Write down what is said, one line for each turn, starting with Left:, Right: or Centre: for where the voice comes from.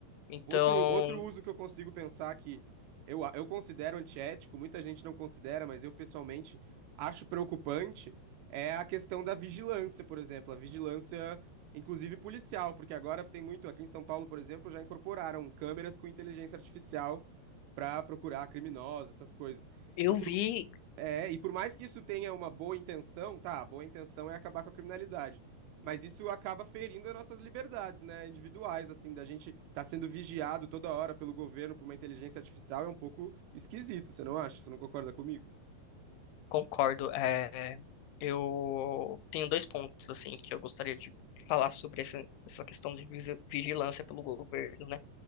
Left: Então,
Right: Outro, outro uso que eu consigo pensar que eu, a- eu considero antiético, muita gente não considera, mas eu pessoalmente acho preocupante, é a questão da vigilância, por exemplo, a vigilância, inclusive policial, porque agora tem muito, aqui em São Paulo, por exemplo, já incorporaram câmeras com inteligência artificial para procurar criminosos, essas coisas.
Left: eu
Right: E por,
Left: vi,
Right: é, e por mais que isso tenha uma boa intenção, tá, a boa intenção é acabar com a criminalidade. Mas isso acaba ferindo as nossas liberdades, né, individuais, assim, da gente estar sendo vigiado toda hora pelo governo por uma inteligência artificial é um pouco esquisito, você não acha? Você não concorda comigo?
Left: concordo, é, eu tenho dois pontos, assim, que eu gostaria de falar sobre essa, essa questão de visi- vigilância pelo governo, né?